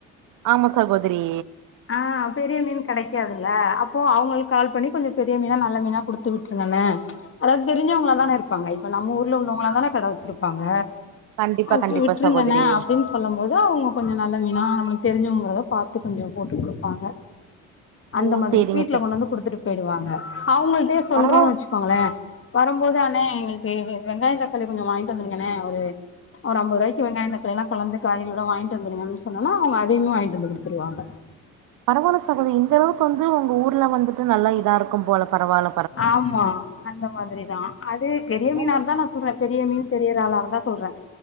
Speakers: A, on the right (about 55°); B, on the left (about 35°).
A: ஆமா சகோதிரி
B: ஆ பெரிய மீன் கிடைக்காதுல்ல அப்போ அவங்களுக்கு கால் பண்ணி கொஞ்சோ பெரிய மீனா நல்ல மீனா கொடுத்து விட்ருங்கண்ணே அதாவது தெரிஞ்சவங்களா தானே இருப்பாங்க இப்ப நம்ம ஊர்ல உள்ளவங்களா தானே கட வச்சிருப்பாங்க
A: கண்டிப்பா
B: அப்பி
A: கண்டிப்பா
B: விட்ருங்கண்ணா
A: சகோதரி
B: அப்டின்னு சொல்லும் போது அவங்க கொஞ்சோ நல்ல மீனா நமக்கு தெரிஞ்சுங்கிறத பாத்து கொஞ்சம் போட்டு குடுப்பாங்க அந்த
A: ஓ
B: மாதிரி
A: சேரிங்க
B: வீட்ல
A: சே
B: கொண்டு வந்து குடுத்துட்டு போய்டுவாங்க அவங்கள்டயே சொல்றோம்
A: பரவால்ல
B: வச்சு கோங்களே வரும்போது அண்ணே எங்களுக்கு வெங்காயம் தக்காளி கொஞ்சோ வாங்கிட்டு வந்திருங்கண்ணே ஒரு ஒரு அம்பது ருவாய்க்கி வெங்காயம் தக்காளில்லாம் கலந்து காய்கறிகள் வாங்கிட்டு வந்துங்கன்னு சொன்னனா அவுங்க அதையுமே வாங்கிட்டு வந்து குடுத்துருவாங்க
A: பரவாயில்ல சகோதரி இந்த அளவுக்கு வந்து உங்க ஊர்ல வந்துட்டு நல்லா இதா இருக் க்கும் போல பரவாயில்ல
B: ஆமா அந்த மாதிரிதான் அது பெரிய மீனா
A: உங்க
B: இருந்தா நான் சொல்றாரு பெரிய மீன் தெரிறாலா இருந்தா சொல்றேன்